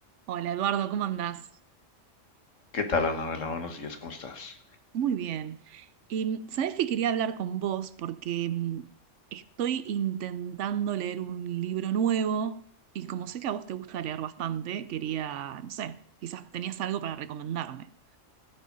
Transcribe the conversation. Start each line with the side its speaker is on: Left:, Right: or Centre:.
Right: Hola Eduardo, ¿cómo andás?
Left: ¿Qué tal, Anabela? Buenos días, ¿cómo estás?
Right: Muy bien. Y sabés que quería hablar con vos porque mm, estoy intentando leer un libro nuevo y como sé que a vos te gusta leer bastante, quería, no sé, quizás tenías algo para recomendarme.